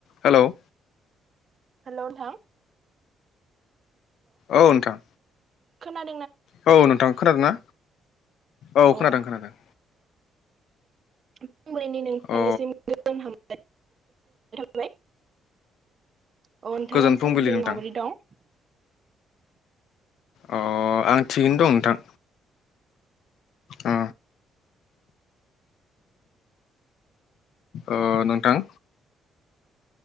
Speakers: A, on the left; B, on the right.
A: हेल'
B: hello नोंथां
A: औ नोंथां
B: खोना
A: औ नोंथां खोनादों ना औ
B: अ
A: खोनादों खोनादों
B: <unintelligible> नोंथांनिसिम
A: अ
B: गोजोन हाम <unintelligible> अ नोंथाङा
A: गोजोन
B: दासान्दि
A: फुंबिलि नोंथां
B: माबोरै दं
A: अ आं थिगैनो दं नोंथां अ ओ नोंथां